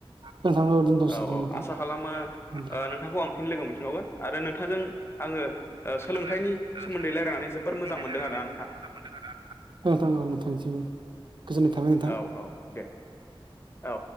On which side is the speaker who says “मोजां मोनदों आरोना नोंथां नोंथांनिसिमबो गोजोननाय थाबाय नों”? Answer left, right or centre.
Right